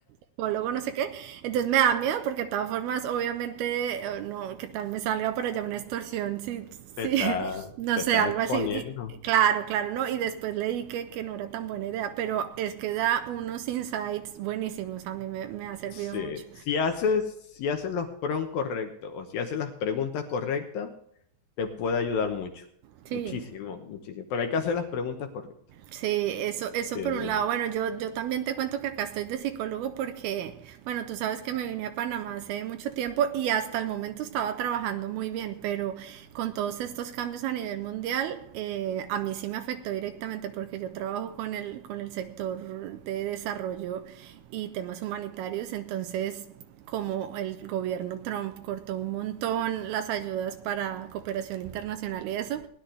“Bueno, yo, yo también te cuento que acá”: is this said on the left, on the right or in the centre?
Right